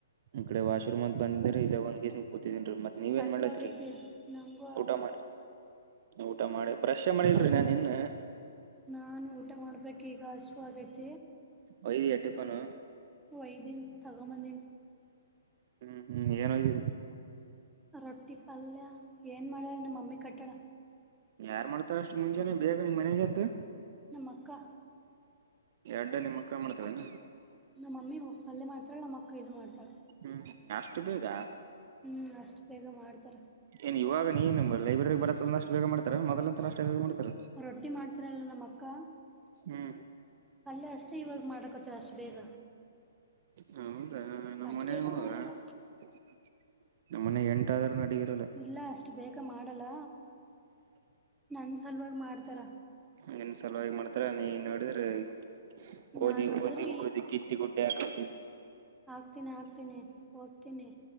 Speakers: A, on the right; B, in the centre.
A: ಈ ಕಡೆ ವಾಶ್ರೂಮ್ತ್ ಬಂದ್ರ ಇ ಒಂದ ಕೇಸ ಕೂತಿದನ್ರೀ ಮ ನೀವೇನ್
B: ಹಸುವಾಗೈತಿ
A: ಮಾಡ್ಲತ್ರಿ
B: ನನಗೂ
A: ಊಟ ಮಾಡ ಊಟ ಮಾಡಿ ಭ್ರಶೆ ಮಾಡಿಲ್ರಿ ನಾನ್ ಇನ್ನ
B: ನಾನ್ ಊಟ ಮಾಡ್ಬೇಕ್ ಈಗ ಹಸುವ ಆಗೈತಿ.
A: ಒಯದಿಯ ಟಿಫನು.
B: ಒಯದಿನ ತಗ ಬಂದಿನ.
A: ಹ್ಮ್ ಹ್ಮ್ ಏನ್ ಹೋಗ್ದೀರಿ.
B: ರೊಟ್ಟಿ ಪಲ್ಯ ಏನ್ ಮಾಡ ನಮ್ಮ ಮಮ್ಮಿ ಕಟ್ಟಳ.
A: ಯಾರು ಮಾಡ್ತಾರ ಅಷ್ಟು ಮುಂಜಾನೆ ಬೇಗ ನಿಮ್ ಮನೆಯಾಗ ಎದ್ದು.
B: ನಮ್ಮಕ್ಕ.
A: ಎರಡ್ಡ ನಿಮ್ಮಕ್ಕ ಮಾಡ್ತಾಳ ಏನ.
B: ನಮ್ಮಿ ಪಲ್ಲೇ ಮಾಡ್ತಳ ನಮ್ಮ ಅಕ್ಕ ಇದ ಮಾಡತಾಳ.
A: ಹ್ಮ್ ಅಷ್ಟು ಬೇಗ.
B: ಹ್ಮ್ ಅಷ್ಟು ಬೇಗ ಮಾಡ್ತಾರ.
A: ಏನ್ ಇವಾಗ ನೀನು ಲೈಬ್ರೆರಿ ಬಡಸಲ್ಲ ಅಷ್ಟು ಬೇಗ ಮಾಡತಾರ ಮೊದಲ ಅಂತ ಅಷ್ಟು ಬೇಗ ಮಾಡ್ತಾರ.
B: ರೊಟ್ಟಿ ಮಾಡ್ತಾರಲ್ಲ ನಮ್ಮ ಅಕ್ಕ.
A: ಹ್ಮ್.
B: ಪಲ್ಯ ಅಷ್ಟೇ ಇವಾಗ ಮಾಡೋಕತ್ತತ್ರ ಅಷ್ಟು ಬೇಗ.
A: ಹೌದಾ ನಮ್ಮ
B: ಅಷ್ಟು
A: ಮನಿಯಾಗು.
B: ಬೇಗ ಮಾಡಲ್ಲ
A: <unintelligible> ನಮ್ಮ ಮನಿಯಾಗ ಎಂಟಾದ್ರೂನು ಅಡಗಿ ಇಲ್
B: ಇಲ್ಲ ಅಷ್ಟು ಬೇಗ ಮಾಡಲ್ಲ ನನ್ನ ಸಲುವಾಗಿ ಮಾಡ್ತಾರ.
A: ನಿನ್ನ ಸಲುವಾಗ ಮಾಡ್ತಾರ ನೀ ನೋಡಿದ್ರಿ ಈ
B: ನಾನು
A: ಓದಿ
B: ನೋಡಿದ್ರೆ
A: ಓದಿ ಓದಿ ಕಿತ್ತ ಗುಡ್ಡೆ ಹಾಕತಿ.
B: ಆಕ್ತೀನಿ ಆಕ್ತೀನಿ ಓದ್ತೀನಿ.